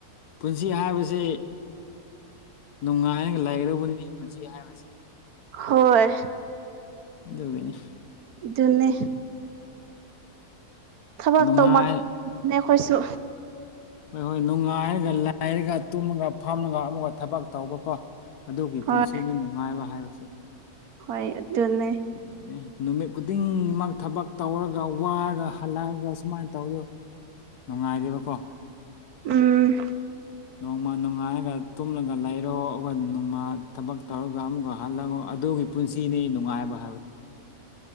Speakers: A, on the left; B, on the right.
A: ꯄꯨꯟꯁꯤ ꯍꯥꯏꯕꯁꯤ ꯅꯨꯡꯉꯥꯏꯔꯒ ꯂꯩꯒꯗꯧꯕꯅꯤ ꯄꯨꯟꯁꯤ ꯍꯥꯏꯕꯁꯤ
B: ꯍꯣꯏ
A: ꯖꯧꯒꯅꯤ
B: ꯑꯗꯨꯟꯅ ꯊꯕꯛ
A: ꯅꯨꯡꯉꯥꯏ
B: ꯇꯧ ꯑꯩꯈꯣꯏꯁꯨ
A: ꯍꯣꯏ ꯍꯣꯏ ꯅꯨꯡꯉꯥꯏꯔꯒ ꯂꯥꯏꯔꯒ ꯇꯨꯝꯂꯒ ꯐꯥꯝꯂꯒ ꯑꯃꯨꯒ ꯊꯕꯛ ꯇꯧꯕꯀꯣ ꯑꯗꯨꯒꯤ
B: ꯍꯣꯏ
A: ꯄꯨꯟꯁꯤꯅꯤ ꯅꯨꯡꯉꯥꯏꯕ ꯍꯥꯏꯕꯁꯦ
B: ꯍꯣꯏ ꯑꯗꯨꯠꯇꯟꯅ
A: ꯑꯗꯨꯅꯦ ꯅꯨꯃꯤꯠ ꯈꯨꯗꯤꯡꯃꯛ ꯊꯕꯛ ꯇꯧꯔꯒ ꯋꯥꯔꯒ ꯍꯜꯂꯛꯑꯒ ꯁꯨꯃꯥꯏꯅ ꯇꯧꯗꯣꯏ ꯅꯨꯡꯉꯥꯏꯔꯦꯕꯀꯣ
B: ꯎꯝ
A: ꯅꯣꯡꯃ ꯅꯨꯡꯉꯥꯏꯔꯒ ꯇꯨꯝꯂꯒ ꯂꯩꯔꯣ ꯑꯗꯨꯒ ꯅꯣꯡꯃ ꯊꯕꯛ ꯇꯧꯔꯒ ꯑꯃꯨꯛꯀ ꯍꯜꯂꯒꯣ ꯑꯗꯨꯒꯤ ꯄꯨꯟꯁꯤꯅꯤ ꯅꯨꯡꯉꯥꯏꯕ ꯍꯥꯏꯕꯗꯨ